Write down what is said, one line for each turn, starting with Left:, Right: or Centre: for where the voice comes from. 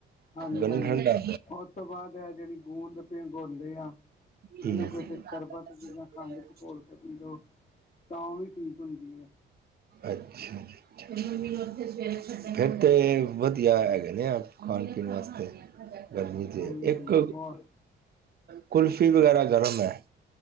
Left: ਹਾਂਜੀ
Right: ਗੰਨਾ
Left: - ਹਾਂਜੀ,
Right: ਠੰਡਾ
Left: ਓਸ ਤੋਂ ਬਾਦ ਐ ਜੇੜੀ ਗੋਂਦ ਪਿਘੋਂਦੇ ਆ।
Right: ਹੁੰਦਾ
Left: ਇਨੂੰ ਕਿਸੇ
Right: ਹੂੰ
Left: ਸ਼ਰਬਤ ਚ ਯਾ ਖੰਡ ਚ ਘੋਲ ਕੇ ਪੀਂਜੌ। ਤਾਂ ਵੀ ਠੀਕ ਹੁੰਦੀ ਏ।
Right: ਅੱਛਾ ਜੀ- ਅੱਛਾ ਜੀ, ਫੇਰ ਤੇ ਵਧੀਆ ਹੈਗੇ ਨੇ ਆ। ਖਾਣ - ਪੀਣ ਵਾਸਤੇ ਗਰਮੀ ਚ
Left: ਹਾਂਜੀ
Right: ਇੱਕ
Left: ਹਾਂਜੀ ਬਹੁਤ
Right: ਕੁਲਫ਼ੀ ਵਗੈਰਾ ਗਰਮ ਐ,